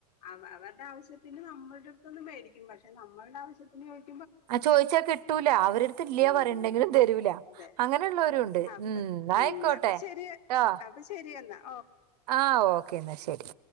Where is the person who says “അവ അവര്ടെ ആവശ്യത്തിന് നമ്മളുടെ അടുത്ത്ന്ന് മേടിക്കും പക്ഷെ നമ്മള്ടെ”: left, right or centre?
Left